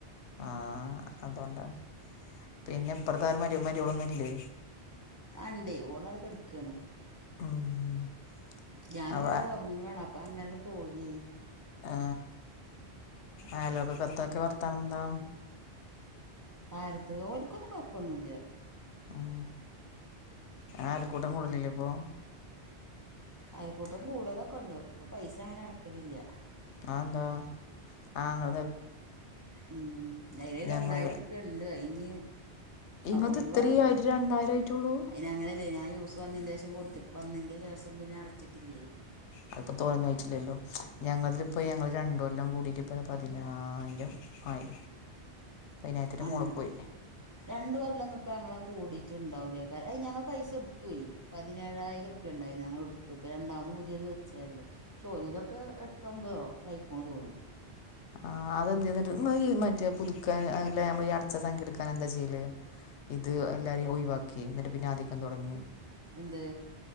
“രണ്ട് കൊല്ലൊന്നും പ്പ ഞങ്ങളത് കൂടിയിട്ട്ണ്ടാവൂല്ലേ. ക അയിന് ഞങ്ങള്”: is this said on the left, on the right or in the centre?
Right